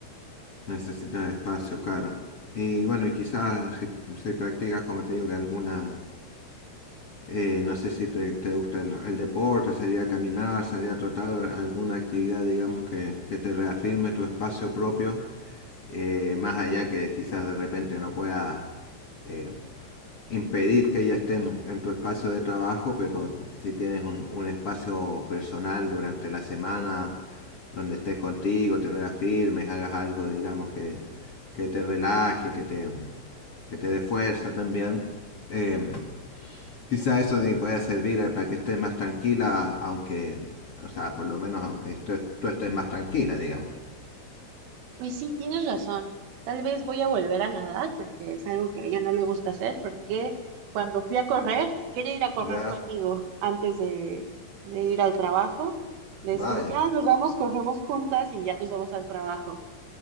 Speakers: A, on the left; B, on the right.
A: Necesita espacio, claro Y bueno, y quizás si, si practicas como te digo que alguna Eh, no sé si te, te gusta el, el, deporte, salir a caminar, salir a trotar, alguna actividad, digamos, que, que te reafirme tu espacio propio, eh, más allá que quizás de repente no puedas eh, impedir que ella esté en, en, tu espacio de trabajo, pero si tienes un, un espacio personal durante la semana donde estés contigo, te reafirmes, hagas algo, digamos, que, que te relaje, que te, que te dé fuerza también. Eh, Quizá eso te puede servir para que estés más tranquila, aunque, o sea, por lo menos aunque tú, tú estés más tranquila, digamos.
B: Y sí, tienes razón. Tal vez voy a volver a nadar porque es algo que a ella no le gusta hacer porque cuando fui a correr, quería ir a correr
A: Ya,
B: conmigo antes de, de ir al trabajo. Es
A: vaya.
B: como que,
A: <laughs>
B: ah, nos vamos, corremos juntas y ya nos vamos al trabajo.